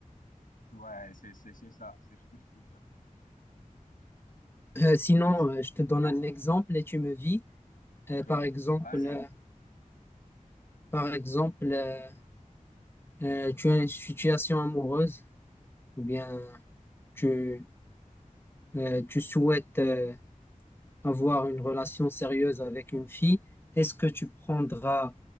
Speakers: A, on the left (about 85°); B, on the left (about 15°).
A: Ouais, c'est c'est- c'est ça, c'est ce que je peux dire. C'est ce que je peux dire.
B: Euh, sinon,
A: Et-
B: euh, je te donne un exemple et tu me dis,
A: Ok,
B: euh, par exemple,
A: vas-y.
B: euh, par exemple, euh, euh, tu as une situation amoureuse ou bien tu, euh, tu souhaites euh, avoir une relation sérieuse avec une fille, est-ce que tu prendras